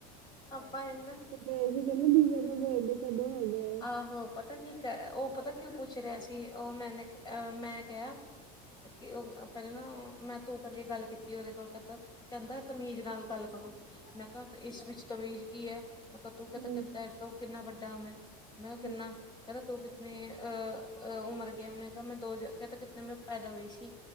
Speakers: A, on the left; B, on the right.
A: ਆਪਾ ਏਨਾ
B: ਪਏ ਸੀ ਕੈਂਦੇ ਦੀਵਿਆਂ ਦਾ ਬਰਡੇ ਕਦੋਂ ਹੈਗਾ?
A: ਆਹੋ, ਪਤਾ ਕੀ ਕ ਔ ਪਤਾ ਕਿਉ ਪੁੱਛ ਰਿਆ ਸੀ। ਔ ਮੈਨੇ, ਮੈਂ ਕਿਆ। ਔ ਪੈਲਾਂ ਨਾ, ਮੈਂ ਤੂੰ ਕਰਕੇ ਗੱਲ ਕੀਤੀ, ਔਦੇ ਕੋਲ ਕੈਤਾ। ਕੈਂਦਾ ਤਮੀਜ਼ ਨਾਲ ਗੱਲ ਕਰੋ। ਮੈਂ ਕਿਆ ਇਸ ਵਿੱਚ ਤਮੀਜ਼ ਕੀ ਹੈ। ਮੈਂ ਕਿਹਾ, ਤੂੰ
B: ਹੂੰ
A: ਤੇਰੇ ਤੋ ਕਿੰਨਾ ਵੱਡਾ ਮੈਂ, ਮੈਂ ਕਿਹਾ ਕਿੰਨਾ,
B: ਹੂੰ
A: ਕੈਂਦਾ ਤੂੰ ਕਿ ਅਹਹ ਉਮਰ ਗਿਆ, ਮੈਂ ਕਿਆ ਮੈਂ ਦੋ ਕਹਿਤਾ ਕਿਤੇ ਮੈਂ ਪੈਦਾ ਹੋਈ ਸੀ।